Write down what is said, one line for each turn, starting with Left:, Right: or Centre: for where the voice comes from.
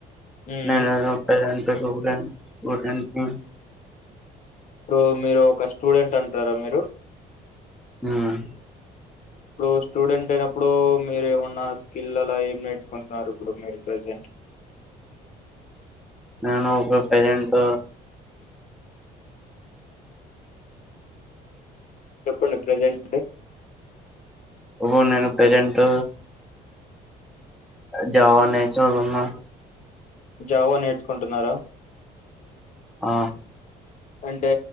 Left: మ్మ్
Centre: నేను ప్రెసెంట్ నేను స్టూడెంట్ <unintelligible>
Left: ఇప్పుడు మీరు ఒక స్టూడెంట్ అంటారా మీరు
Centre: ఉమ్
Left: ఇప్పుడు స్టూడెంట్ అయినప్పుడు మీరు ఏమన్న స్కిల్ అలా ఏం నేర్చుకుంటున్నారు ఇప్పుడు మీరు ప్రజెంట్
Centre: నేను ఇప్పుడు ప్రజెంట్
Left: చెప్పండి ప్రజెంట్
Centre: ఇప్పుడు నేను ప్రజెంట్ జావా నేర్చోని ఉన్నాను
Left: జావా నేర్చుకుంటున్నారా
Centre: ఆ
Left: అంటే